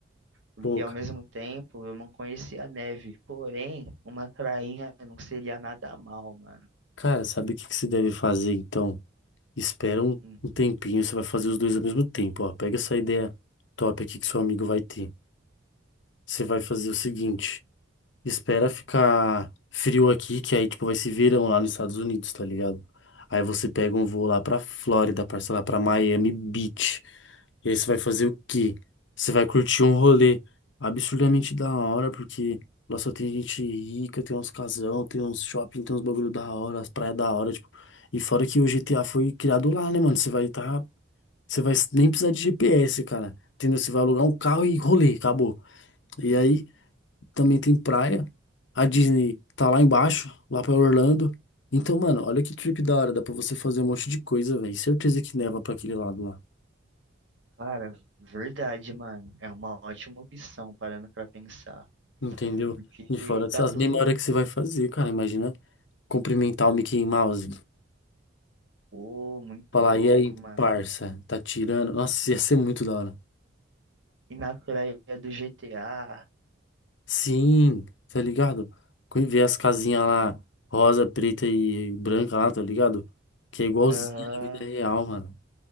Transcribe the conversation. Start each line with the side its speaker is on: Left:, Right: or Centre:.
Right: porque
Left: Pô,
Right: ao
Left: cara,
Right: mesmo tempo eu não conhecia a neve, porém uma prainha não seria nada mal, mano.
Left: cara, sabe o que que você deve fazer então? Espera um,
Right: Hum.
Left: um tempinho, você vai fazer os dois ao mesmo tempo, ó. Pega essa ideia top aqui que seu amigo vai ter. Você vai fazer o seguinte: espera ficar frio aqui, que aí, tipo, vai ser verão lá nos Estados Unidos, tá ligado? Aí você pega um voo lá pra Flórida, parça, lá pra Miami Beach. E aí você vai fazer o quê? Você vai curtir um rolê absurdamente da hora, porque lá só tem gente rica, tem uns casão, tem uns shopping, tem uns bagulho da hora, as praias da hora, tipo. E fora que o GTA foi criado lá, né, mano? Você vai tá. Você vai nem precisar de GPS, cara. Entendeu? Você vai alugar um carro e rolê, acabou. E aí também tem praia. A Disney tá lá embaixo, lá pra Orlando. Então, mano, olha que trip da hora, dá pra você fazer um monte de coisa, velho. Certeza que neva pra aquele lado lá,
Right: Cara, verdade, mano, é uma ótima opção parando pra pensar,
Left: entendeu?
Right: porque
Left: E fora essas
Right: tá tudo,
Left: memórias que você vai fazer, cara, imagina cumprimentar o Mickey Mouse,
Right: pô, muito
Left: falar,
Right: louco,
Left: e aí,
Right: mano.
Left: parça, tá tirando? Nossa, ia ser muito da hora.
Right: E na praia do GTA,
Left: Sim, tá ligado? Quando Ver as casinhas lá, rosa, preta e branca lá, tá ligado? Que é igualzinha
Right: aham,
Left: na vida real, mano.